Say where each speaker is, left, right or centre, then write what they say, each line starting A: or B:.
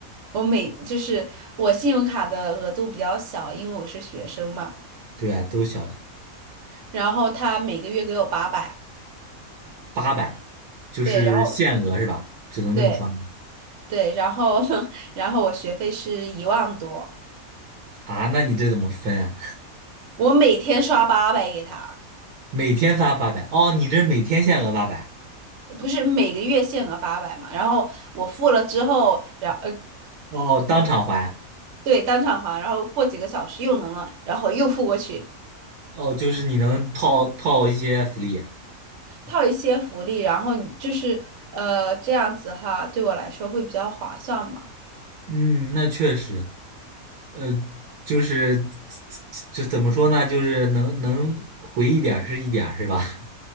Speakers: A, on the right (about 60°); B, on the right (about 85°).
A: 我每就是我信用卡的额度比较小，因为我是学生嘛。
B: 对呀，都小的，
A: 然后他每个月给我八百，
B: 八百，就是限额是吧？
A: 对，然后
B: 只能这么刷吗
A: 对对，然后 <laughs> 然后我学费是一万多，
B: 啊？那你这怎么分啊？
A: 我每天刷八百给他，
B: 每天发八百，哦，你这是每天限额八百，
A: 不是每个月限额八百嘛。然后我付了之后，然
B: 哦，当场还，
A: 对当场还，然后过几个小时又能了，然后又付过去，
B: 哦，就是你能套套一些福利，
A: 套一些福利，然后你就是呃这样子哈，对我来说会比较划算嘛。
B: 嗯，那确实，呃，就是就怎么说呢，就是能能回一点儿是一点儿，是吧？